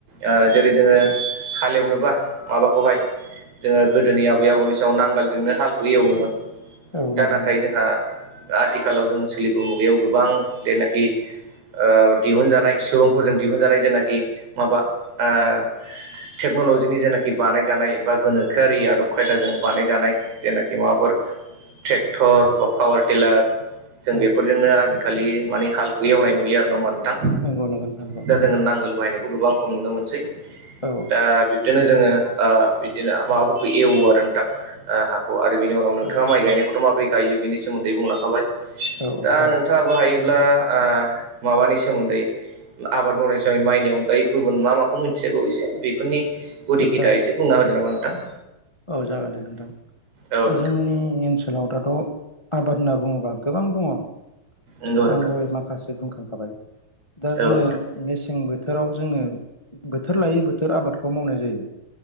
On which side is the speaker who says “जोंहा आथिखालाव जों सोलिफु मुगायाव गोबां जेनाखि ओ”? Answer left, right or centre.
Right